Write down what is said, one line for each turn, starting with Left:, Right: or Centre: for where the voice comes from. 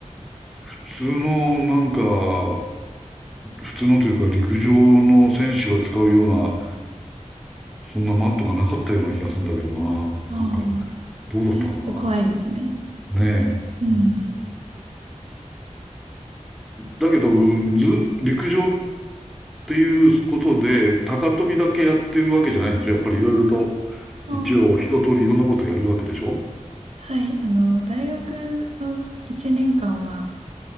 Centre: 普通のなんか、普通のというか陸上の選手が使うような、そんなマットがなかったような気がするんだけどな。
Right: あ
Centre: なんか、
Right: あ、
Centre: どうだったろ
Right: それちょっと怖いですね。
Centre: うな。ねえ。
Right: うん。
Centre: うんだけど、ず、陸上っていうことで、高跳びだけやってるわけじゃないんですよ。やっぱりいろいろと、
Right: ああ、
Centre: 一応一通りいろんなことやるわけでしょ
Right: はい。あの、大学の1年間は、